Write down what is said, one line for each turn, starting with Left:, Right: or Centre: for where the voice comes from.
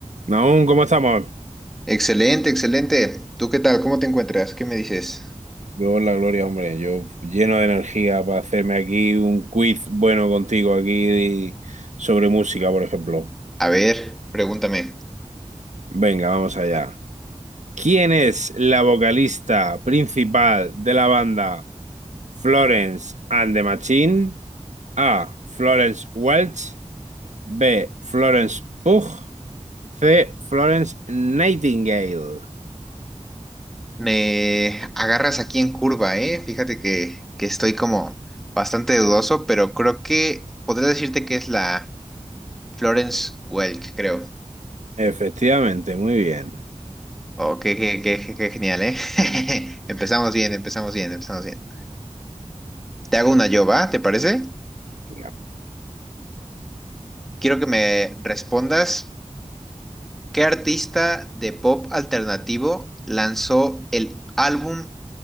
Right: Naún, ¿cómo estamos?
Centre: Excelente, excelente. ¿Tú qué tal? ¿Cómo te encuentras? ¿Qué me dices?
Right: Yo, la gloria, hombre, yo lleno de energía para hacerme aquí un quiz bueno contigo aquí de- sobre música, por ejemplo.
Centre: A ver, pregúntame.
Right: Venga, vamos allá. ¿Quién es la vocalista principal de la banda Florence and the Machine? A. Florence Welch. B. Florence Pugh. C. Florence Nightingale.
Centre: Me agarras aquí en curva, ¿eh? Fíjate que, que estoy como bastante dudoso, pero creo que podría decirte que es la Florence Welk, creo.
Right: Efectivamente, muy bien.
Centre: Oh, qué, qué, qué, qué- qué genial, ¿eh? <laughs> Empezamos bien, empezamos bien, empezamos bien. Te hago una yo, ¿va? ¿Te parece?
Right: Venga.
Centre: Quiero que me respondas, ¿qué artista de pop alternativo lanzó el álbum